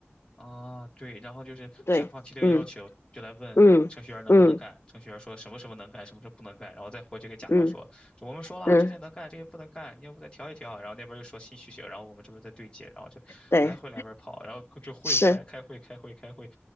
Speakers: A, on the left; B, on the left.
A: 啊，对，然后就是甲方提了个要求，
B: 对，嗯
A: 就来问程序员能不能干。
B: 嗯嗯
A: 程序员说什么什么能干，什么什么不能干，然后再回去给甲方说，
B: 嗯
A: 我们说了这些能干，
B: 嗯，
A: 这些不能干，你要不再调一调。然后那边又说新需求，然后我们这边再对接，然后就来回两边跑，
B: 对，
A: 然后就会开开会开会开会，
B: 是，